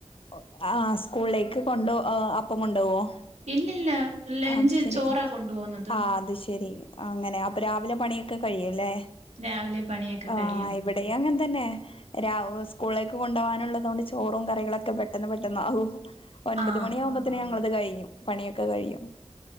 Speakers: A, on the left (about 55°); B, on the right (about 80°).
A: ഒ ആ സ്കൂളിലേക്ക് കൊണ്ട് ഓ അപ്പം കൊണ്ടോവോ
B: ഇല്ലില്ല ലഞ്ച്
A: അത് ശരി
B: ചോറാ കൊണ്ട് പോവുന്നത്
A: ആ അത് ശരി അങ്ങനെ അപ്പൊ രാവിലെ പണിയൊക്കെ കഴിയുംലെ
B: രാവിലെ പണിയൊക്കെ
A: ആ
B: കഴിയും
A: ഇവിടെയും അങ്ങനെ തന്നെ രാവ് സ്കൂളിലേ ക്ക് കൊണ്ടോവാനുള്ളത് കൊണ്ട് ചോറും കറികളൊക്കെ പെട്ടെന്ന് പെട്ടെന്ന് ആകും ഒൻമ്പത്
B: ആ
A: മണിയാവുമ്പോത്ത്ന് ഞങ്ങൾത് കഴിയും പണിയൊക്കെ കഴിയും